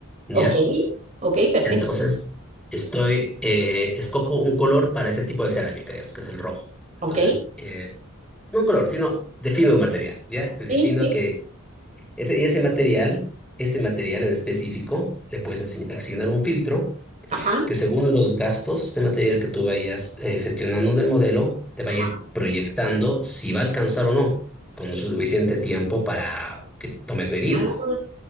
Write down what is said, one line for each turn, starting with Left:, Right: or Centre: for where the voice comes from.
Centre: ¿ya?
Right: ok, ok, perfecto,
Centre: Entonces, estoy, eh, escojo un color para ese tipo de cerámica, digamos, que es el rojo. Entonces,
Right: ok.
Centre: eh, no un color, sino defino un material, ¿ya? Defino
Right: Sí, sí,
Centre: que Ese, y ese material, ese material en específico, le puedes asi- asignar un filtro
Right: ajá,
Centre: que según los gastos de material que tú vayas eh, gestionando en el modelo, te va
Right: ajá.
Centre: a ir proyectando si va a alcanzar o no, con suficiente tiempo para que tomes medidas.
Right: Ah,